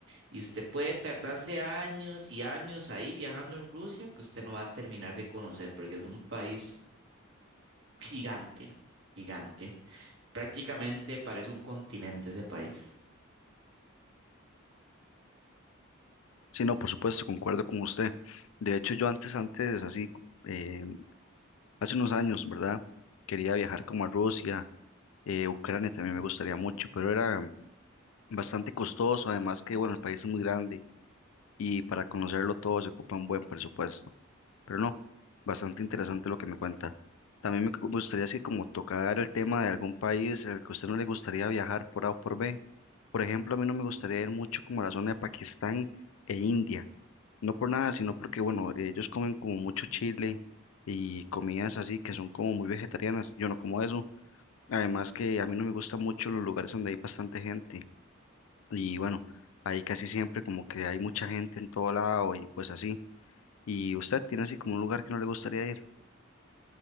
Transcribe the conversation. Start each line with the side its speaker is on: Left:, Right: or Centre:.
Right: Y usted puede tardarse años y años ahí viajando en Rusia que usted no va a terminar de conocer porque es un país gigante, gigante. Prácticamente parece un continente ese país.
Left: Sí, no, por supuesto, concuerdo con usted. De hecho, yo antes, antes, así, eh, hace unos años, ¿verdad? Quería viajar como a Rusia, eh, Ucrania también me gustaría mucho, pero era bastante costoso, además que, bueno, el país es muy grande y para conocerlo todo se ocupa un buen presupuesto. Pero no, bastante interesante lo que me cuenta. También me cu- gustaría así como tocar el tema de algún país al que a usted no le gustaría viajar por A o por B. Por ejemplo, a mí no me gustaría ir mucho como a la zona de Pakistán e India. No por nada, sino porque, bueno, ellos comen como mucho chile y comidas así que son como muy vegetarianas. Yo no como eso. Además que a mí no me gustan mucho los lugares donde hay bastante gente. Y bueno, ahí casi siempre como que hay mucha gente en todo lado y pues así. ¿Y usted tiene así como un lugar que no le gustaría ir?